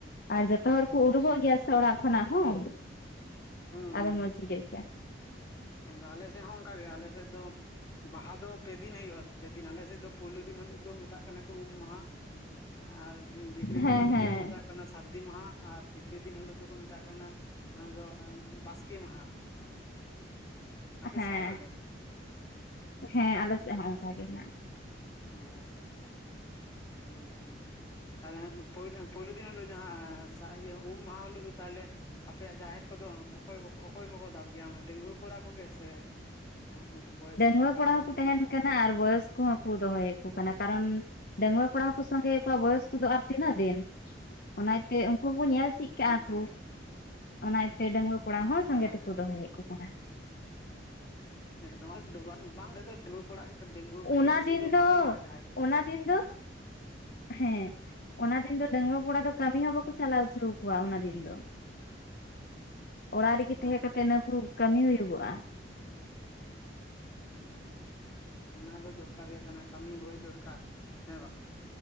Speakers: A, on the left; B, on the left.
A: ᱟᱨ ᱡᱷᱚᱛᱚ ᱦᱚᱲ ᱠᱚ ᱩᱰᱩᱠᱚᱜ ᱜᱮᱭᱟ ᱥᱮ ᱚᱲᱟᱜ ᱠᱷᱚᱱᱟᱜ ᱦᱚᱸ᱾
B: ᱦᱩᱸ
A: ᱟᱫᱚ ᱢᱚᱡᱽ ᱜᱮ ᱟᱭᱠᱟᱹᱜ-ᱟ᱾
B: ᱮᱠᱫᱚᱢ ᱟᱞᱮ ᱥᱮᱫ ᱦᱚᱸ ᱚᱱᱠᱟ ᱜᱮ ᱟᱞᱮ ᱥᱮᱫ ᱫᱚ ᱵᱟᱦᱟ ᱫᱚ ᱯᱮ ᱫᱤᱱ ᱦᱩᱭᱩᱜᱼᱟ ᱛᱚ ᱯᱮ ᱫᱤᱱ ᱟᱞᱮ ᱥᱮᱫ ᱫᱚ ᱯᱳᱭᱞᱳ ᱫᱤᱱ ᱦᱳᱞᱳᱜ ᱫᱚ ᱢᱮᱛᱟᱜ ᱠᱟᱱᱟ ᱠᱚ ᱩᱢ ᱢᱟᱦᱟ᱾ ᱟᱨ ᱫᱤ ᱫᱤᱛᱤᱭᱚ
A: ᱦᱮᱸ
B: ᱫᱤᱱ ᱦᱤᱞᱳᱜ
A: ᱦᱮᱸ
B: ᱫᱚᱠᱚ ᱢᱮᱛᱟᱜ ᱠᱟᱱᱟ ᱥᱟᱹᱨᱫᱤ ᱢᱟᱦᱟ ᱟᱨ ᱛᱨᱤᱛᱤᱭᱚ ᱫᱤᱱ ᱦᱤᱞᱳᱜ ᱫᱚᱠᱚ ᱢᱮᱛᱟᱜ ᱠᱟᱱᱟ ᱚᱱᱟ ᱫᱚ ᱮᱸ ᱵᱟᱥᱠᱮ ᱢᱟᱦᱟ, ᱟᱯᱮ
A: ᱦᱮᱸ
B: ᱥᱮᱱ ᱦᱚᱸ ᱚᱱᱠᱟ ᱜᱮ?
A: ᱦᱮᱸ ᱟᱞᱮ ᱥᱮᱫ ᱦᱚᱸ ᱚᱱᱠᱟ ᱜᱮ ᱦᱮᱱᱟᱜᱼᱟ᱾
B: ᱚ᱾ ᱚ ᱡᱟᱞᱟ᱾ ᱛᱟᱞᱦᱮ ᱦᱟᱸᱜ ᱯᱚᱭᱞᱳ ᱯᱳᱭᱞᱳ ᱫᱤᱱ ᱦᱤᱞᱳᱜ ᱡᱟᱦᱟᱸ ᱮᱸ ᱥᱟ ᱤᱭᱟᱹ ᱩᱢ ᱢᱟᱦᱟ ᱦᱤᱞᱳᱜ ᱫᱚ ᱛᱟᱦᱚᱞᱮ ᱟᱯᱮᱭᱟᱜ ᱡᱟᱦᱮᱨ ᱠᱚᱫᱚ ᱚᱠᱚᱭ ᱠᱚᱠᱚ ᱚᱠᱚᱭ ᱠᱚᱠᱚ ᱫᱟᱵ ᱜᱮᱭᱟ ᱚᱱᱮ ᱰᱟᱝᱜᱩᱭᱟᱹ ᱠᱚᱲᱟ ᱠᱚᱜᱮ ᱥᱮ ᱮᱸ ᱩᱱᱠᱩ ᱵᱚᱭᱮᱥ
A: ᱰᱟᱺᱜᱩᱣᱟᱹ
B: ᱦᱚᱸᱠᱚ ᱜᱟᱱᱚᱜ
A: ᱠᱚᱲᱟ ᱦᱚᱸᱠᱚ
B: ᱜᱮ ᱜᱟᱱᱚᱜ
A: ᱛᱟᱦᱮᱱ
B: ᱜᱮᱭᱟ?
A: ᱠᱟᱱᱟ ᱟᱨ ᱵᱚᱭᱚᱥ ᱠᱚᱦᱚᱸ ᱠᱚ ᱫᱚᱦᱚᱭᱮᱫ ᱠᱚ ᱠᱟᱱᱟ ᱠᱟᱨᱚᱱ ᱰᱟᱟᱝᱣᱟᱹ ᱠᱚᱲᱟ ᱦᱚᱸᱠᱚ ᱥᱚᱸᱜᱮ ᱠᱚᱣᱟ ᱵᱚᱭᱚᱥ ᱠᱚᱫᱚ ᱟᱨ ᱛᱤᱱᱟᱹᱜ ᱫᱤᱱ᱾ ᱚᱱᱟ ᱮᱛᱮ ᱩᱱᱠᱩ ᱦᱚᱸᱠᱚ ᱧᱮᱞ ᱪᱤᱫ ᱠᱟᱜᱼᱟ ᱠᱚ,
B: ᱦᱮᱸ
A: ᱚᱱᱟ ᱮᱛᱮ ᱰᱟᱹᱝᱜᱩᱭᱟᱹ ᱠᱚᱲᱟ ᱦᱚᱸ ᱥᱚᱸᱜᱮ
B: ᱦᱮᱸ
A: ᱛᱮᱠᱚ
B: ᱦᱮᱸ
A: ᱫᱚᱦᱚᱭᱮᱫ ᱠᱚ ᱠᱟᱱᱟ᱾
B: ᱮᱠᱫᱚᱢ <inaudible> ᱚᱸᱰᱮᱫᱚ ᱰᱟᱺᱜᱽᱣᱟᱹ ᱠᱚᱲᱟᱣᱟᱜ ᱜᱮ ᱰᱟᱺᱜᱽᱣᱟᱹ ᱠᱚᱲᱟᱣᱟᱜ
A: ᱚᱱᱟ
B: ᱜᱮ ᱵᱮᱥᱤ
A: ᱫᱤᱱ
B: ᱫᱚ ᱠᱟᱹᱢᱤ ᱢᱮᱱᱟᱜᱼᱟ ᱡᱟᱦᱮᱨ ᱨᱮᱫᱚ᱾
A: ᱚᱱᱟ ᱫᱤᱱ ᱫᱚ ᱦᱮᱸ᱾ ᱚᱱᱟ ᱫᱤᱱ ᱫᱚ ᱰᱟᱹᱝᱨᱟᱹ ᱠᱚᱲᱟ ᱫᱚ ᱠᱟᱹᱢᱤ ᱦᱚᱸ ᱵᱟᱠᱚ ᱪᱟᱞᱟᱣ ᱦᱚᱪᱚ ᱟᱠᱚᱣᱟ ᱚᱱᱟ ᱫᱤᱱ ᱫᱚ᱾ ᱚᱲᱟᱜ ᱨᱮᱜᱮ
B: ᱦᱮᱸ
A: ᱛᱟᱦᱮᱸ
B: ᱦᱮᱸ
A: ᱠᱟᱛᱮᱫ ᱤᱱᱟᱹᱠᱩ ᱠᱟᱹᱢᱤ ᱦᱩᱭᱩ ᱜᱚᱜ-ᱟ᱾
B: ᱚᱱᱟ ᱫᱚ ᱫᱚᱨᱠᱟᱨ ᱜᱮ ᱠᱟᱱᱟ ᱠᱟᱹᱢᱤ ᱦᱳᱭ ᱫᱚᱨᱠᱟᱨ᱾ ᱦᱮᱸ ᱵᱟ